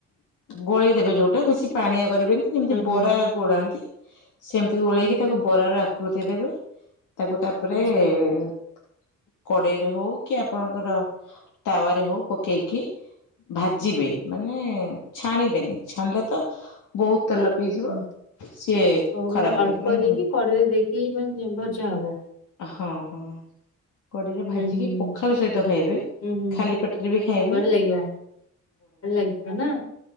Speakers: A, on the left (about 80°); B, on the left (about 50°).
A: ଗୋଳେଇ ଦେବେ ଯୋଉଟା ବେଶୀ ପାଣିଆ କରିବେନି ଯେମିତି
B: ହଁ ହଁ
A: ବରା
B: ହଁ
A: ଗୋଲାନ୍ତି। ସେମିତି ଗୋଳେଇକି
B: ହୁଁ ହୁଁ
A: ତାକୁ ବରାର ଆକୃତି ଗୋଧେଇ ଦେବେ ତାକୁ ତାପରେ
B: ଆଚ୍ଛା
A: ଏ ଏ କଡେଇରେ ହଉ କି ଆପଣଙ୍କର ତାୱାରେ ହଉ ପକେଇକି ଭାଜିବେ ମାନେ ଛାଣିବେନି ଛାଣିଲେ ତ ବହୁତ ତେଲ ପିଇଯିବ
B: ହୁଁ
A: ସିଏ
B: ହ
A: ଖରାପ
B: ମାନେ ଅଳ୍ପ
A: ଲେ
B: ଦେଇକି
A: ଭଲ
B: କଡରେ ଦେଇକି ମାନେ ଯି ଭଜା ହବ।
A: ହଁ ହଁ। କଡିରେ ଭାଜିକି
B: ହୁଁ ହୁଁ ହୁଁ
A: ପଖାଳ ସହିତ ଖାଇବେ
B: ହୁଁ ହୁଁ
A: ଖାଲି ପେଟରେ ବି ଖାଇବେ
B: ବଢ଼ିଆ ଲାଗିବ ଭଲ ଲାଗିବ ନା